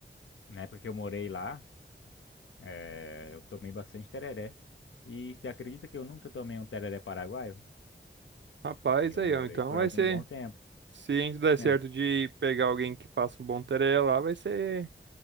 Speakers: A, on the left (about 80°); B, on the right (about 65°).
A: na época que eu morei lá, eh, eu tomei bastante tereré. E você acredita que eu nunca tomei um tereré paraguaio?
B: Rapaz,
A: E eu
B: aí,
A: morei
B: ó, então
A: por
B: vai
A: algum
B: ser
A: bom tempo.
B: se a gente der certo
A: É,
B: de pegar alguém que faça um bom tereré lá, vai ser